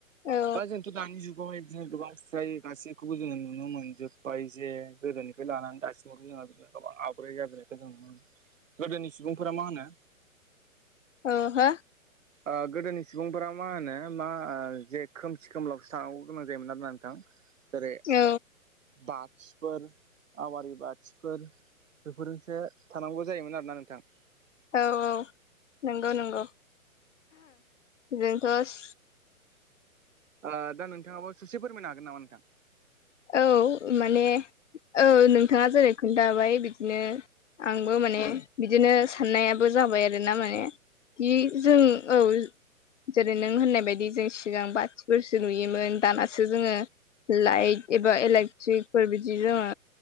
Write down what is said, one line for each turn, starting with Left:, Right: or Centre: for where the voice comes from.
Left: औ
Right: बा जोंथ' दानि जुगावहाय बिदिनो गोबां फ्राय गासैखौबो जोङो नुनो मोनजोब्बाय जे गोदोनिफ्राय लानानै दासिबो दाथ जोंङो गोबां आफग्रेद जाबोनायखौ जों नुनो मोनदों। गोदोनि सुबुंफोरा मा होनो
Left: औ हो
Right: ओ गोदोनि सु सुबुंफोरा मा होनो मा ओ जे खोमसि खोमलायावसो थानांगौ गोनां जायोमोन आरोना नोंथां जेरै
Left: औ
Right: बाथिफोर आवारि बाथिफोर बेफोरजोंसो थानांगौ जायोमोन आरोना नोंथां।
Left: औ औ नंगौ नंगौ जोंथ'
Right: ओ दा नोंथाङाबो ससे फोरमायनो हागोन नामा नोंथां
Left: औ माने औ नोंथाङा जेरै खोन्थाबाय बिदिनो आंबो माने बिदिनो साननायाबो जाबाय आरो ना माने बि जों औ जेरै नों होननाय बायदि जों सिगां बा फोरसो नुयोमोन दानासो जोङो लाइट एबा इलेक्ट्रिकफोर बिदि जोङो